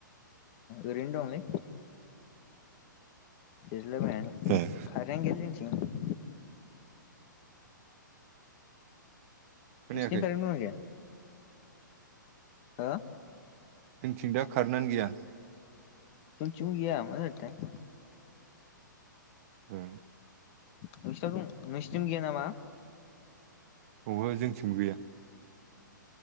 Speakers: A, on the left; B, on the right.
A: एरैनो दंलै <unintelligible> खारें
B: ए
A: गैयालै जोंथिं
B: खोनायाखै
A: नोंसिनिथिं खारें दं ना गैया? आ
B: जोंथिंदा खारेनानो गैया।
A: जोंथिंबो गैया मा जाखोथाइ
B: ओ
A: नोंसिनाव दं नोंसिनिथिंबो गैया नामा?
B: ओहो जोंथिंबो गैया।